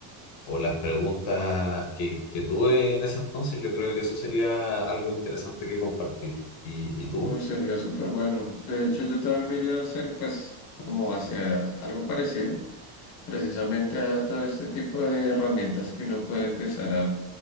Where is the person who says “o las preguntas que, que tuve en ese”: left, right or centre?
Left